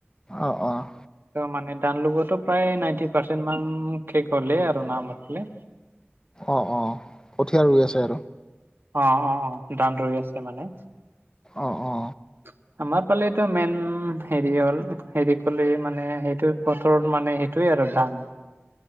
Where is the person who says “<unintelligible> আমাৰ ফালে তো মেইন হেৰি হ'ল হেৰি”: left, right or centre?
Right